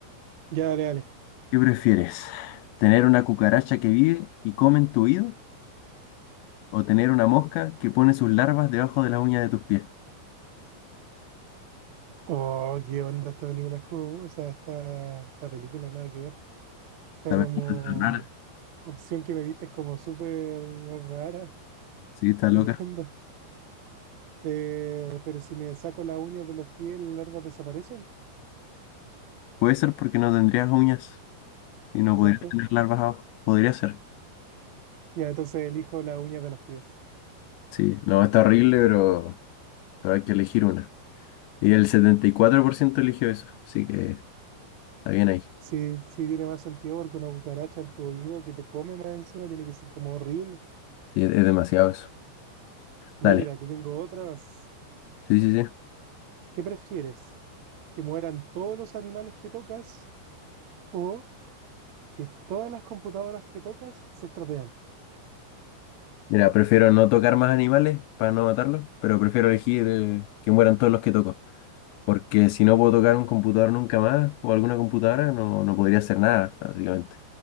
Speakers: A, on the right; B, on the left.
A: Ya, dale, dale.
B: ¿Qué prefieres? ¿Tener una cucaracha que vive y come en tu oído? ¿O tener una mosca que pone sus larvas debajo de las uñas de tus pies?
A: Oh, qué onda esta película. es como- O sea, esta, esta película nada que ver. Esta
B: A
A: como
B: ver, está rara.
A: opción que me diste es como súper rara.
B: Sí, está
A: ¿Qué
B: loca.
A: onda? Eh, pero si me saco las uñas de los pies, las larvas desaparecen.
B: Puede ser porque no tendrías uñas y no
A: Exacto.
B: podrías tener larvas abajo. Podría ser.
A: Ya, entonces elijo las uñas de los pies.
B: Sí, no, está horrible, pero, pero hay que elegir una. Y el 74% eligió eso, así que está bien ahí.
A: Sí, sí tiene más sentido porque una cucaracha en tu oído que te come más encima tiene que ser como horrible.
B: Sí, es es demasiado eso.
A: Ya,
B: Dale.
A: mira, te tengo otra más.
B: Sí, sí, sí.
A: ¿Qué prefieres? ¿Que mueran todos los animales que tocas o que todas las computadoras que tocas se estropean?
B: Mira, prefiero no tocar más animales para no matarlos, pero prefiero elegir eh, que mueran todos los que toco. Porque si no puedo tocar un computador nunca más o alguna computadora, no, no podría hacer nada, básicamente.